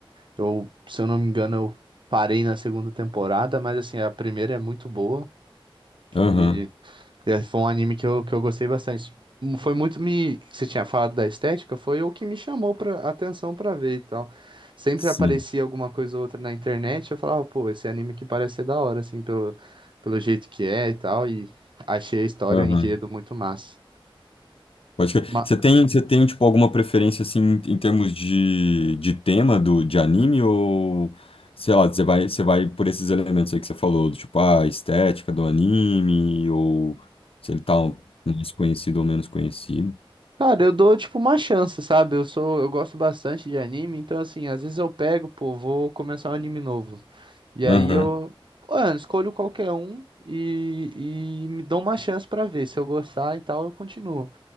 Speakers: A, on the right; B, on the left.
A: Eu, se eu não me engano, eu parei na segunda temporada, mas assim, a primeira é muito boa
B: Aham,
A: e é, foi um anime que eu, que eu gostei bastante. Hum, Foi muito me... Você tinha falado da estética, foi o que me chamou pra atenção pra ver e tal. Sempre
B: sim.
A: aparecia alguma coisa ou outra na internet, eu falava, pô, esse anime que parece ser da hora, assim, pelo, pelo jeito que é e tal, e achei a história,
B: Aham.
A: o enredo muito massa.
B: Pode crer.
A: Ma-
B: Você tem, você tem, tipo, alguma preferência, assim, em termos de, de tema do, de anime ou, sei lá, você vai, você vai por esses elementos aí que você falou, do tipo, ah, a estética do anime ou se ele tá um- mais conhecido ou menos conhecido.
A: Cara, eu dou tipo uma chance, sabe? Eu sou, eu gosto bastante de anime, então assim, às vezes eu pego, pô, vou começar um anime novo. E
B: Aham.
A: aí eu, pô, eu escolho qualquer um e, e me dou uma chance pra ver. Se eu gostar e tal, eu continuo.